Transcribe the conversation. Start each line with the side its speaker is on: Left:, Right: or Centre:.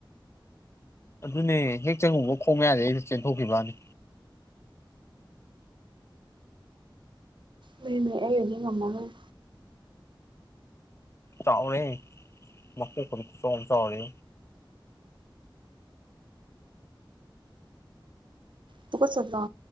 Left: ꯑꯗꯨꯅꯦ ꯍꯦꯛ ꯆꯪꯉꯨꯕ ꯈꯣꯡ ꯃꯌꯥꯗꯩ ꯑꯩꯩꯅ ꯆꯦꯟꯊꯣꯛꯈꯤꯕꯅꯤ
Right: ꯂꯩꯅꯦ ꯑꯩ ꯑꯗꯨꯗꯤ ꯉꯝꯃꯒꯣꯏ
Left: ꯆꯥꯎꯔꯦ ꯃꯩ ꯐ ꯈꯨ ꯆꯥꯎꯣꯡ ꯑꯃ ꯆꯥꯎꯔꯦ
Right: ꯇ ꯀ ꯆꯗ꯭ꯔ